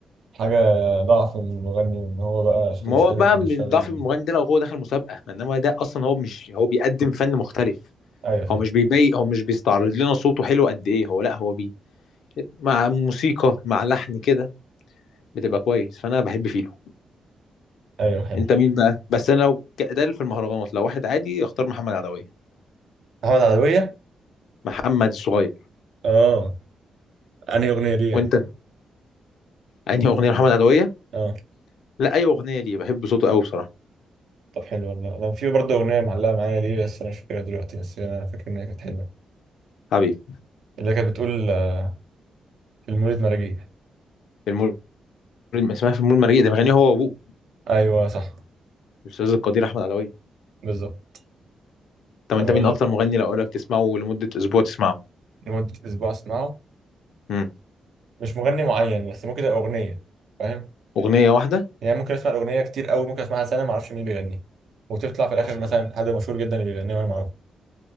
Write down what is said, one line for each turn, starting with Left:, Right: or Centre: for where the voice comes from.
Right: حاجه ضعف من المغني وان هو بقى صوته
Left: ما
Right: مش
Left: هو
Right: حلو
Left: بقى
Right: فبيشتغل
Left: من ضعف المغني ده لو هو داخل مسابقة انما ده اصلا هو مش هو بيقدم فن مختلف
Right: ايوه صح
Left: هو مش بيبي هو مش بيستعرض لنا صوته حلو قد ايه هو لا هو بي مع موسيقى مع لحن كده بتبقى كويس فانا بحب فيلو
Right: ايوه حلو
Left: انت مين بقى بس انا لو ك- ده في المهرجانات لو واحد عادي اختار محمد عدوية
Right: محمد عدويه
Left: محمد الصغير
Right: اه انهي اغنيه ليه يعني
Left: وانت انهي اغنية محمد عدوية
Right: اه
Left: لا اي اغنية ليه بحب صوته قوي بصراحة
Right: طب حلو والله انا في برضه اغنيه معلقه معايا ليه بس انا مش فاكرها دلوقتي بس انا فاكر ان هي كانت حلوه
Left: حبيبي
Right: اللي كانت بتقول آه، في المولد مراجيح
Left: المول اسمها في المول مريء ده بيغني هو وابوه
Right: ايوه صح
Left: الاستاذ القدير احمد عدوية
Right: بالظبط
Left: طب
Right: طب
Left: انت
Right: اقول
Left: مين اكتر مغني لو اقول لك تسمعه لمدة اسبوع تسمعه
Right: لمده اسبوع اسمعه
Left: مم.
Right: مش مغني معين بس ممكن تبقى اغنيه فاهم
Left: اغنيه واحده
Right: يعني ممكن اسمع الاغنيه كتير قوي ممكن اسمعها سنه ما اعرفش مين بيغنيها وتطلع في الاخر
Left: اصلا
Right: مثلا
Left: بقى
Right: حد مشهور جدا اللي بيغنيها وانا ما اعرفه